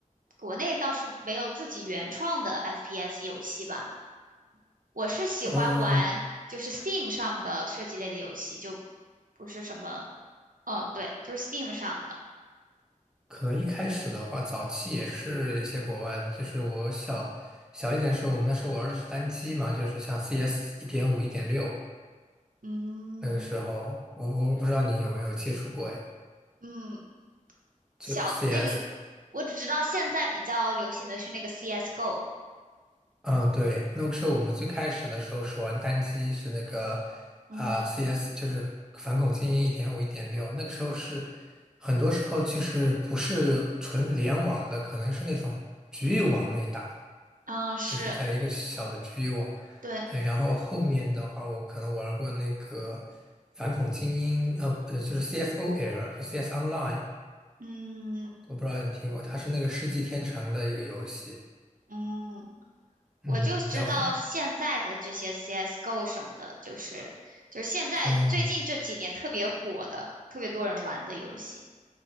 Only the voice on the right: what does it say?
国内倒是没有自己原创的 FPS 游戏吧。我是喜欢玩就是
Steam 上的设计类的游戏，就不是什么，嗯，对，就是 Steam 上的，
嗯
对
嗯，
小那个，
我只知道现在比较流行的是那个 CS:GO，
嗯
嗯，呃是
对，
嗯
嗯，
我就知道现在的这些
CS:GO 什么的，就是就是现在最近这几年特别火的，
特别多人玩的游戏。